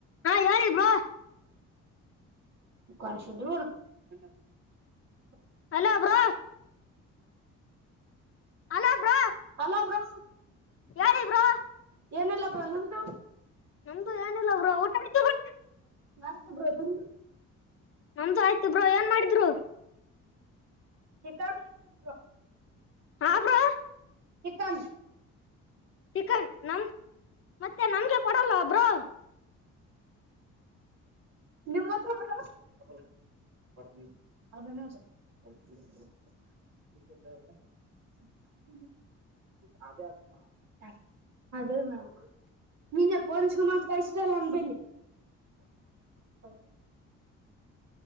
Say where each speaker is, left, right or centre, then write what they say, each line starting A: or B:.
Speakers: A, on the left (about 45°); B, on the right (about 60°).
A: ಹಾ ಹೇಳಿ ಬ್ರೋ
B: ಕೇಶ್ದ ಬಬೇಕ <unintelligible>
A: hello bro. Hello bro.
B: Hello bro.
A: ಹೇಳಿ ಬ್ರೋ.
B: ಏನೀಲ್ಲ ಬ್ರೋ ನಿಮ್ದು.
A: ನಮ್ದು ಏನಿಲ್ಲ ಊಟ ಆಯ್ತಾ ಬ್ರೋ.
B: ಆಯ್ತು ಬ್ರೋ ನಿಮ್ದು.
A: ನಮ್ದು ಆಯ್ತ ಬ್ರೋ ಏನ್ ಮಾಡಿದ್ರು.
B: ಚಿಕನ್ ಮಾಡಿದ್ರು.
A: ಹಾ ಬ್ರೋ.
B: ಚಿಕನ್.
A: ಚಿಕನ್ ನಮ ಮತ್ತೆ ನಂಗೆ ಕೊಡಲ್ವಾ ಬ್ರೋ.
B: ನಿಮ್ಮ. <unintelligible> <unintelligible> <inaudible>